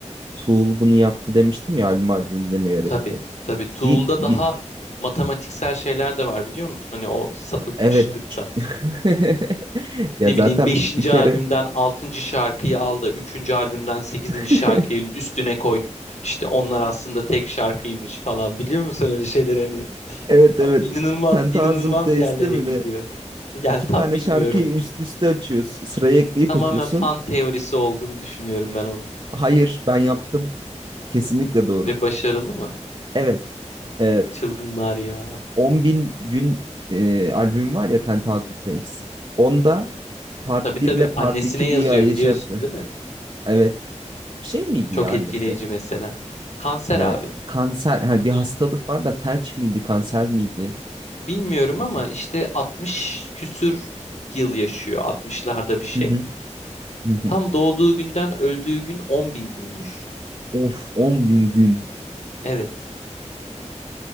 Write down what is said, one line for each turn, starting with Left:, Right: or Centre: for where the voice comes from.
Right: Tool bunu yaptı demiştim ya albüm albümünde mi öğretti?
Left: Tabii, tabii. Tool'da
Right: Bir, bir
Left: daha matematiksel şeyler de var biliyor musun? Hani o sapıtmışlık
Right: Evet.
Left: da
Right: <laughs> Ya
Left: ne
Right: zaten
Left: bileyim beşinci
Right: bir kere
Left: albümden altıncı şarkıyı al da 3. albümden sekizinci
Right: <laughs>
Left: şarkının üstüne koy. İşte onlar aslında tek şarkıymış falan. Biliyor musun öyle şeyleri hani
Right: evet evet
Left: inanılmaz
Right: Ten
Left: inanılmaz
Right: Thousand Days'te
Left: yerlere
Right: mi
Left: gidiyor.
Right: ne?
Left: Yani
Right: İki
Left: tam
Right: tane
Left: bilmiyorum.
Right: şarkıyı üst üste açıyorsun. Sıraya ekleyip
Left: Tamamen
Right: açıyorsun.
Left: fan teorisi olduğunu düşünüyorum ben onun.
Right: Hayır ben yaptım. Kesinlikle doğru.
Left: Ve başarılı mı?
Right: Evet. Ee,
Left: Çılgınlar ya.
Right: 10 bin gün e, albüm var ya Ten Thousand Days. Onda Part
Left: Tabii tabii
Right: 1 ile Part
Left: annesine
Right: 2
Left: yazıyor
Right: diye ayı-
Left: biliyorsun
Right: şey yaptı.
Left: değil mi?
Right: Evet. Şey miydi
Left: Çok
Right: ya annesi?
Left: etkileyici mesela. Kanser
Right: Ee,
Left: abi.
Right: kanser, her bir hastalık var da felç miydi, kanser miydi?
Left: Bilmiyorum
Right: Kanser.
Left: ama işte 60 küsür yıl yaşıyor. altmışlarda bir şey.
Right: Hı hı. Hı hı.
Left: Tam doğduğu günden öldüğü gün 10 bin günmüş.
Right: Of 10 bin gün.
Left: Evet.